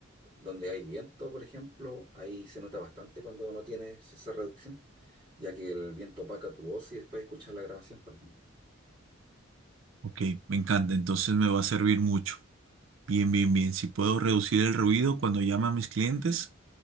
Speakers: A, on the right; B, on the right.
A: donde hay viento, por ejemplo, ahí se nota bastante cuando no tienes esa reducción, ya que el viento opaca tu voz y después escuchas la grabación, por ejemplo.
B: Ok, me encanta, entonces me va a servir mucho. Bien, bien, bien. Si puedo reducir el ruido cuando llame a mis clientes,